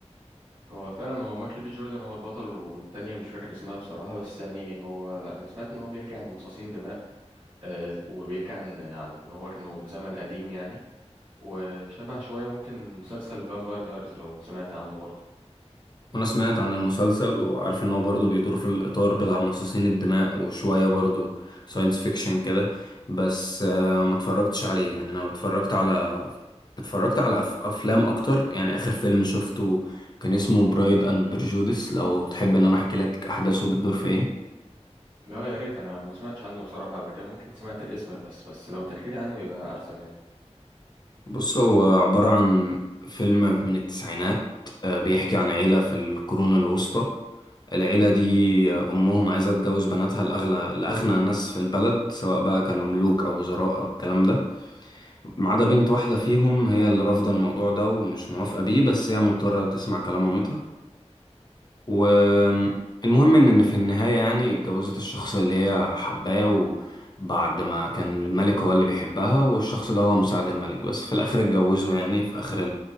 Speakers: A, on the right; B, on the left.
A: هو فعلا هو مايكل بي جوردن هو البطل والتانية مش فاكر اسمها بصراحة بس يعني هو انا سمعت ان هو بيحكي عن مصاصين دماء آه، وبيحكي عن عن ان هو كانوا في زمن قديم يعني وشبه شوية ممكن مسلسل فامباير دايرز لو سمعت عنه برضه
B: انا سمعت عن المسلسل وعارف ان هو برضه بيدور في الاطار بتاع مصاصين الدماء وشويه برضه ساينس فيكشن كده بس آه، ما اتفرجتش عليه يعني انا اتفرجت على اتفرجت على أف... افلام اكتر يعني اخر فيلم شفته كان اسمه برايد اند برجودس لو تحب ان انا احكي لك احداثه بتدور في ايه
A: لا يا ريت انا ما سمعتش عنه بصراحة قبل كده ممكن سمعت الاسم بس بس لو تحكي لي عنه يبقى احسن يعني
B: بص هو عبارة عن فيلم من التسعينات آه، بيحكي عن عيلة في القرون الوسطى العيلة دي آه، أمهم عايزة تجوز بناتها لأغلى لأغنى ناس في البلد سواء بقى كانوا ملوك أو وزراء أو الكلام ده ما عدا بنت واحدة فيهم هي اللي رافضة الموضوع ده ومش موافقة بيه بس هي مضطرة تسمع كلام مامتها والمهم ان إن في النهاية يعني اتجوزت الشخص اللي هي حباه وبعد ما كان الملك هو اللي بيحبها والشخص ده هو مساعد الملك بس في الاخر اتجوزوا يعني في اخر